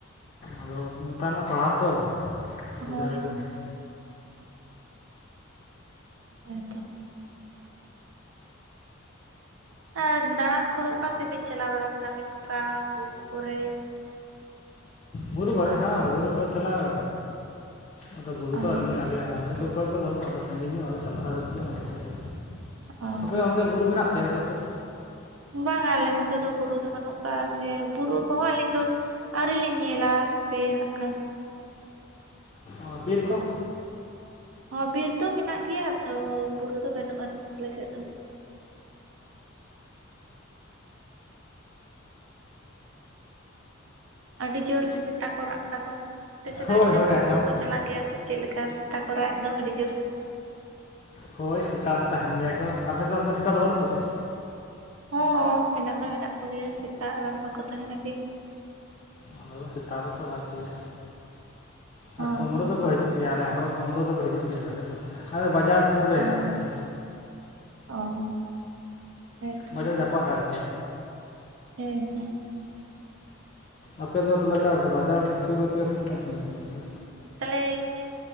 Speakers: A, on the left (about 30°); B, on the right (about 75°).
A: ᱟᱫᱚ ᱱᱮᱛᱟᱨᱱᱟᱜ ᱯᱟᱲᱦᱟᱣ ᱛᱚ ᱵᱩᱡᱷᱟᱹᱣ
B: ᱦᱳᱭ
A: ᱫᱟᱵᱤᱱ᱾
B: ᱦᱮ ᱛᱚ᱾ ᱚᱱᱠᱟ ᱫᱟᱬᱟᱱ ᱠᱚᱫᱚ ᱚᱠᱟ ᱥᱮᱫ ᱵᱤᱱ ᱪᱟᱞᱟᱣ ᱵᱟᱲᱟ ᱟᱠᱟᱱᱟ ᱟᱹᱵᱤᱱ ᱚᱱᱠᱟ ᱵᱩᱨᱩ ᱠᱚᱨᱮ?
A: ᱵᱩᱨᱩ ᱠᱚᱨᱮᱡ ᱦᱮᱸ ᱵᱩᱨᱩ ᱠᱚ ᱨᱮ ᱪᱟᱞᱟᱣ ᱟᱫᱚ ᱵᱩᱨᱩ
B: ᱚ
A: ᱫᱚ ᱟᱹᱞᱤᱧ ᱟᱞᱮ ᱟ ᱥᱩᱨ ᱠᱚ ᱨᱮ ᱫᱚ ᱵᱟᱹᱱᱩᱜᱼᱟ ᱟᱫᱚ ᱥᱟᱺᱜᱤᱧ ᱧᱚᱜ ᱟᱫᱚ ᱪᱟᱞᱟᱣ ᱦᱩᱭᱩᱜ ᱜᱮᱭᱟ ᱢᱟᱡᱷᱮᱸ ᱥᱟᱡᱷᱮ,
B: ᱚ
A: ᱟᱯᱮ ᱛᱮ ᱵᱩᱨᱩ ᱢᱮᱱᱟᱜ ᱛᱮ ᱟᱯᱮ ᱥᱮᱫ?
B: ᱵᱟᱝᱟ ᱟᱞᱮ ᱱᱚᱛᱮ ᱫᱚ ᱵᱩᱨᱩ ᱫᱚ ᱵᱟᱹᱱᱩᱜ ᱠᱟᱜ-ᱟ ᱥᱮ ᱵᱩᱨᱩ ᱠᱚᱦᱚᱸ ᱟᱹᱞᱤᱧ ᱫᱚ ᱟᱹᱣᱨᱤ ᱞᱤᱧ ᱧᱮᱞᱟ ᱦᱟᱯᱮ ᱦᱟᱸᱜ ᱠᱷᱟᱱ᱾
A: ᱚ ᱵᱤᱨ ᱠᱚ?
B: ᱦᱚᱸ ᱵᱤᱨ ᱫᱚ ᱢᱮᱱᱟᱜ ᱜᱮᱭᱟ ᱛᱚ ᱵᱩᱨᱩ ᱫᱚ ᱵᱟᱹᱱᱩᱜ ᱟᱹᱱᱤᱡ ᱟᱞᱮ ᱥᱮᱫ ᱫᱚ᱾ ᱟᱹᱰᱤ ᱡᱳᱨ ᱥᱮᱛᱟ ᱠᱚ ᱨᱟᱜ ᱫᱟᱠᱚ, ᱟᱯᱮ ᱥᱮᱫ
A: ᱦᱳᱭ
B: ᱫᱚ ᱟᱹᱰᱤ
A: ᱦᱳᱭ
B: ᱡᱳᱨ ᱠᱳᱢᱵᱽᱲᱳ
A: ᱟᱸᱡᱚᱢᱚᱜ
B: ᱠᱚ
A: ᱠᱟᱱᱟ
B: ᱪᱟᱞᱟᱜ ᱜᱮᱭᱟ ᱥᱮ ᱪᱮᱫ ᱞᱮᱠᱟ ᱥᱮᱛᱟ ᱠᱚ ᱨᱟᱜ ᱮᱫ ᱫᱚ ᱟᱹᱰᱤ ᱡᱳᱨ?
A: ᱦᱳᱭ ᱥᱮᱛᱟ ᱫᱚ ᱛᱟᱦᱮᱱ ᱜᱮᱭᱟ ᱠᱚ ᱟᱯᱮ ᱥᱮᱫ ᱚᱱᱛᱮ ᱥᱮᱛᱟ ᱫᱚ ᱵᱟᱹᱱᱩᱜ ᱠᱚᱛᱮ?
B: ᱦᱚᱸ ᱢᱮᱱᱟᱜ ᱫᱚ ᱢᱮᱱᱟᱜ ᱠᱚᱜᱮᱭᱟ ᱥᱮᱛᱟ ᱟᱵᱟᱨ ᱵᱟᱠᱚ ᱛᱟᱦᱮᱱᱟ ᱠᱤ᱾
A: ᱱᱚᱸᱰᱮ ᱫᱚ ᱥᱮᱛᱟ ᱫᱚᱠᱚ ᱨᱟᱜ ᱜᱮᱭᱟ
B: ᱦᱚᱸ
A: ᱟᱨ ᱠᱩᱢᱵᱽᱲᱩ ᱫᱚᱠᱚ ᱦᱤᱡᱩᱜ ᱜᱮᱭᱟ ᱞᱮ ᱦᱚᱸ ᱠᱩᱢᱵᱲᱩ ᱫᱚᱠᱚ ᱦᱤᱡᱩᱜ ᱜᱮᱭᱟ ᱟᱞᱮ ᱥᱮᱫ ᱫᱚ᱾ ᱟᱞᱮ ᱵᱟᱡᱟᱨ ᱥᱩᱨ ᱨᱮ
B: ᱦᱚᱸ
A: ᱦᱮᱱᱟᱜ ᱞᱮᱭᱟ᱾
B: ᱚ᱾ ᱦᱮᱸᱛᱚ
A: ᱵᱟᱡᱟᱨ ᱡᱟᱯᱟᱜ ᱨᱮ ᱟᱨᱠᱤ᱾
B: ᱦᱮᱸ ᱦᱮᱸ᱾
A: ᱟᱯᱮ ᱫᱚ ᱛᱟᱞᱦᱮ ᱚᱠᱟ ᱨᱮᱫᱚ ᱵᱟᱡᱟᱨ ᱥᱩᱨ ᱨᱮ ᱯᱮᱭᱟ ᱥᱮ ᱛᱤᱱᱟᱹᱜ ᱥᱟᱹᱜᱤᱧ ᱨᱮ ᱢᱮᱱᱟᱜ ᱯᱮᱛᱮ?
B: ᱛᱟᱞᱦᱮ ᱤᱭᱟᱹ